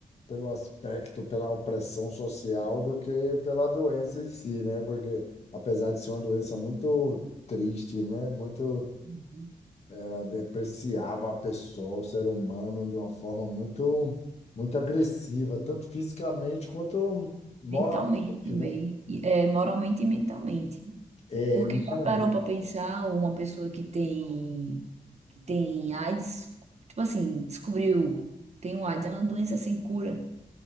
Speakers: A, on the left (about 55°); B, on the right (about 55°).
A: pelo aspecto, pela opressão social do que pela doença em si, né? Porque apesar de ser uma doença muito triste, né? Muito
B: Uhum.
A: Ela depreciava a pessoa, o ser humano, de uma forma muito, muito agressiva, tanto fisicamente quanto moralmente,
B: mentalmente também,
A: né?
B: E, é, moralmente e mentalmente.
A: É,
B: Porque
A: mentalmente.
B: já parou para pensar uma pessoa que tem, que tem AIDS, tipo assim, descobriu, tem um AIDS, é uma doença sem cura.